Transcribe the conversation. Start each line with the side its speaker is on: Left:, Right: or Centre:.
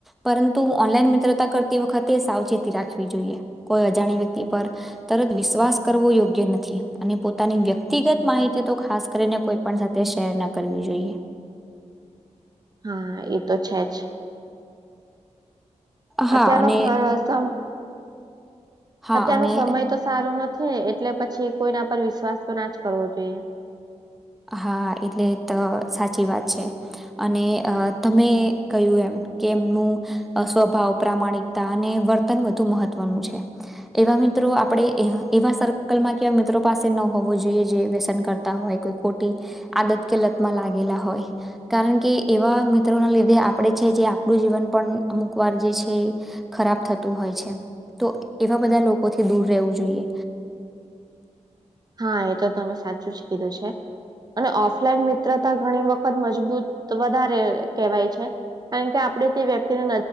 Centre: પરંતુ ઓનલાઈન મિત્રતા કરતી વખતે, સાવચેતી રાખવી જોઈએ, કોઈ અજાણી વ્યક્તિ પર ત જ વિશ્વાસ કરવો યોગ્ય નથી, અને વ્યક્તિગત તો ખાસ કરીને કોઈ પણ સાથે શેર ના કરવી જોઈએ.
Right: હા, એ તો છે જ.
Centre: હા
Right: અત્યનો
Centre: અને
Right: <unintelligible>
Centre: હા
Right: અત્યારનો
Centre: અને
Right: સમય તો સારો નથી, એટલે પછી કોઈના પર વિશ્વાસ તો ના જ કરવો જોઈએ.
Centre: હા, એટલે તો સાચી વાત છે. અને અ તમે કહ્યું એમ કે એમનું સ્વભાવ પ્રામાણિકતા અને વર્તન વધુ મહત્વનું છે. એવા મિત્રો આપણે, એવા સર્કલમાં કેવા મિત્રો પાસે ન હોવો જોઈએ, જે વ્યસન કરે. હોય, કોઈ ખોટી આદત કે, લતમાં લાગેલા હોય. કારણ કે, એવા મિત્રોના લીધે આપણે છે, જે આપણું જીવન પણ અમુક વાર જે છે. ખરાબ થતું હોય છે, તો એવા બધા લોકોથી દૂર રહેવું જોઈએ.
Right: હા, એ તો તમે સાચું જ કીધું છે. અને ઓફલાઈન મિત્રતા ઘણી વખત મજબૂત વધારે કેહેવાય છે. કારણ કે, આપણે તે વ્યક્તિને